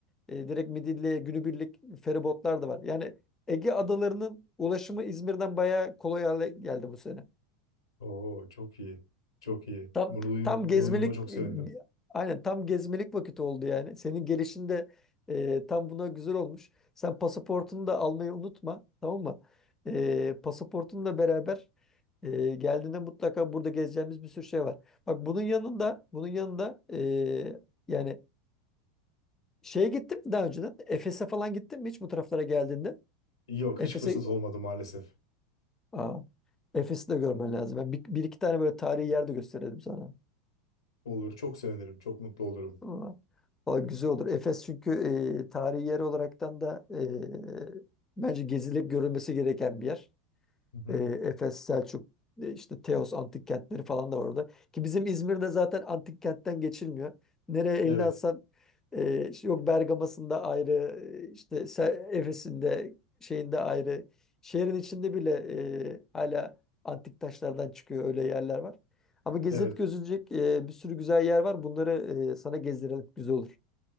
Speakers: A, on the left (about 15°); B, on the left (about 90°).
A: e, direkt Midilli'ye günübirlik feribotlar da var. Yani Ege adalarının ulaşımı İzmir'den bayağı kolay hale geldi bu sene.
B: Oo çok iyi. Çok iyi.
A: Tam
B: Bunu, duy-
A: tam
B: bunu
A: gezmelik
B: duyduğuma çok
A: e,
B: sevindim.
A: aynen tam gezmelik vakit oldu yani. Senin gelişin de e, tam buna güzel olmuş. Sen pasaportunu da almayı unutma, tamam mı? E, pasaportunla beraber e, geldiğinde mutlaka burada gezeceğimiz bir sürü şey var. Bak bunun yanında bunun yanında e, yani şeye gittin mi daha önceden? Efes'e falan gittin mi hiç bu taraflara geldiğinde?
B: Yok
A: Efes'e
B: hiç fırsat olmadı maalesef.
A: Aa, Efes'i de görmen lazım. Ben bir, bir iki tane böyle tarihi yer de gösterelim sana.
B: Olur çok sevinirim. Çok mutlu olurum.
A: Ama valla güzel olur. Efes çünkü e, tarihi yer olaraktan da e, bence gezilip görülmesi gereken bir yer.
B: Hı hı.
A: E, Efes, Selçuk, e, işte Teos antik kentleri falan da var orada. Ki bizim İzmir'de zaten antik kentten geçilmiyor. Nereye elini
B: Evet.
A: atsan e, işte yok Bergama'sında ayrı, e, işte Se- Efes'inde şeyinde ayrı. Şehrin içinde bile e, hala antik taşlardan çıkıyor öyle yerler var. Ama gezilip
B: Evet.
A: gözülecek e, bir sürü güzel yer var. Bunları e, sana gezdirelim. Güzel olur.